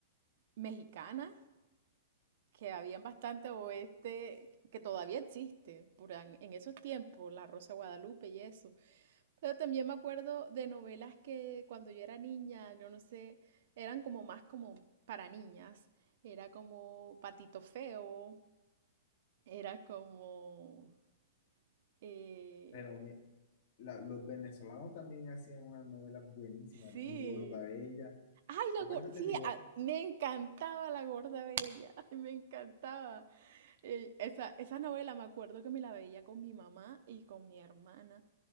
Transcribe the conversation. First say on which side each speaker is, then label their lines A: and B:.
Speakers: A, on the right; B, on the left.
A: mexicanas que habían bastante oeste, que todavía existe, por an- en, esos tiempos, La Rosa de Guadalupe y eso. Pero también me acuerdo de novelas que cuando yo era niña, yo no sé, eran como más como para niñas. Era como Patito Feo, era como... eh,
B: Pero mi- la- los venezolanos también hacían unas novelas buenísimas.
A: sí,
B: Mi gorda bella.
A: Ay,
B: ¿Te
A: la
B: acuerdas
A: gorda, sí,
B: de mi gorda?
A: a- me encantaba la gorda bella, <laughs> me encantaba. Eh, esa, esa novela me acuerdo que me la veía con mi mamá y con mi hermana